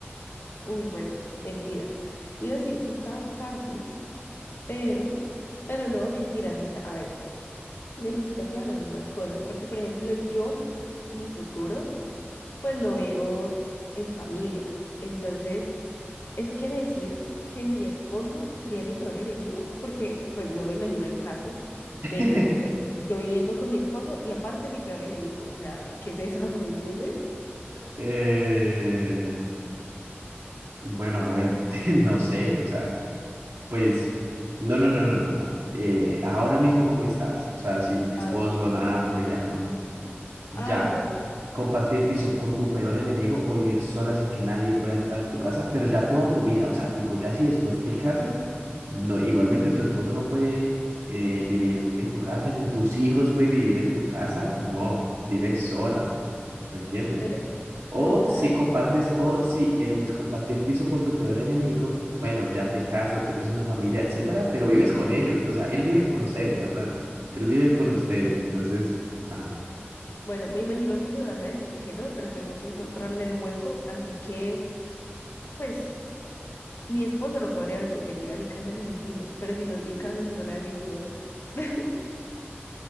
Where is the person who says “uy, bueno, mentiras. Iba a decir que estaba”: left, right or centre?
Left